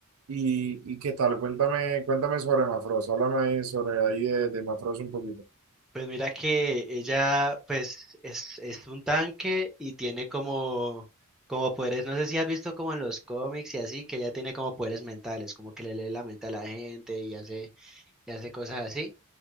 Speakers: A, on the right (about 70°); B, in the centre.
A: y, y qué tal, cuéntame, cuéntame sobre Mafros, háblame ahí sobre ahí de, de Mafros un poquito.
B: Pues mira que ella, pues, es, es un tanque y tiene como, como poderes, no sé si has visto como en los cómics y así, que ella tiene como poderes mentales, como que le lee la mente a la gente y hace, y hace cosas así.